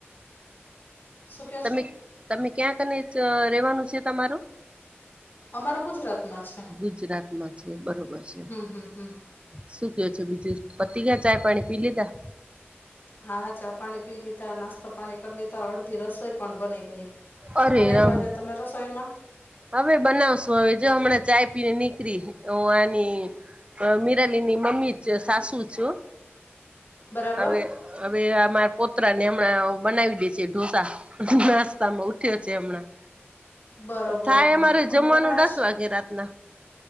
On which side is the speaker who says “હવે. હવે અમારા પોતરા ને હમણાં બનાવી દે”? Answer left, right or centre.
Right